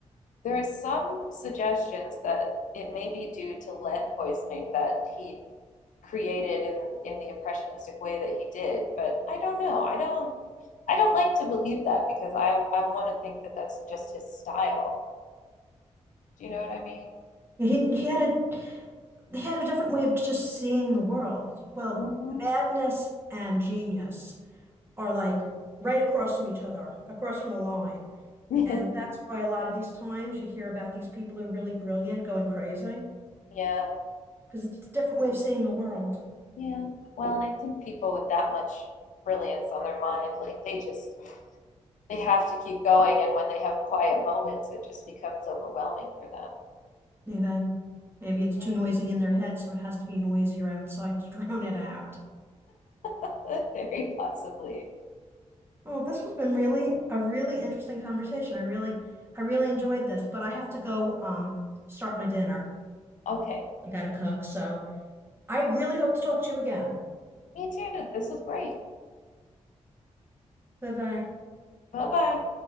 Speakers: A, on the left; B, on the right.
A: There are some suggestions that it may be due to lead poisoning that he created in in the impressionistic way that he did, but I don't know. I don't I don't like to believe that because I I want to think that that's just his style. Do you know what I mean?
B: Yeah, He he had a he had a different way of just seeing the world. Well,
A: Mm-hmm.
B: madness and genius are like right across from each other, across from a line.
A: <laughs>
B: And
A: Yeah.
B: that's why a lot of these times you hear about these people who are really brilliant going crazy,
A: Yeah.
B: because it's a different way of seeing the world.
A: Yeah. Well, and I think people with that much brilliance on their mind, like they just they have to keep going and when they have quiet moments it just becomes overwhelming for them.
B: Maybe. Maybe it's
A: Yeah.
B: too noisy in their head, so it has to be noisier outside to <laughs> drown it out.
A: <laughs> Very possibly.
B: Well, this has been really a really interesting conversation. I really I really enjoyed this, but I have to go um start my dinner.
A: Okay.
B: I gotta cook, so I really hope to talk to you again.
A: Me too. This was great.
B: Bye bye.
A: Bye-bye.